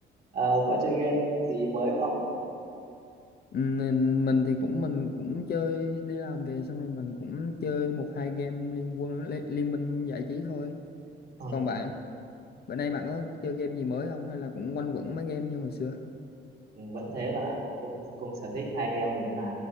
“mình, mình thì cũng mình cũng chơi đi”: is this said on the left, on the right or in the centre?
Left